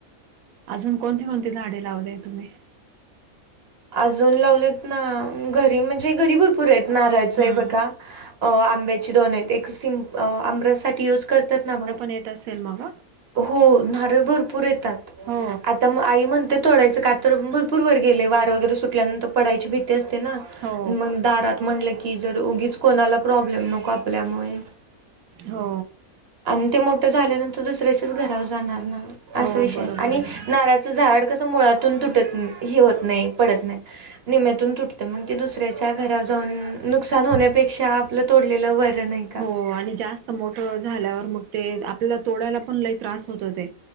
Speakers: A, on the right (about 75°); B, on the right (about 50°).
A: अजून कोणती कोणती झाडे लावले तुम्ही
B: अजून लावलेत ना घरी म्हणजे घरी भरपूर आहेत नारायच
A: हम्म
B: आहे बघा अ आंब्याची दोन आहेत एक सिम आंब्यासाठी युज करतात ना बघा
A: नेेत असेल मग
B: हो नारळ भरपूर येतात
A: हो
B: आ आई म्हणते तोडायचं का तर भरपूर वर गेले वार वगैरे सुटल्यानंतर पडाचीीती ते असते ना
A: हो
B: मग दारात म्हटलं की जर उगीच कोणाला प्रॉब्लेम नको आपल्यामुळे
A: हो
B: आणि ते मोठं झाल्यानंतर दुसऱ्याच्याच घरावर जाणार ना
A: हो
B: असा विषय
A: बरोबर
B: आणि
A: आहे ना
B: नार झाड कस मुळातून तुटत हे होत नाही पडत नाही निम्यातून तुटतें मग तेी दुसऱ्याच्या घरा जाऊन नुकसान होण्यापेक्षा आपलं तोडलेलं वरं नाही का
A: हो आणि जास्त मोठ झाल्यावर मग ते आपल्याला तोडायला पण लही त्रास होत ते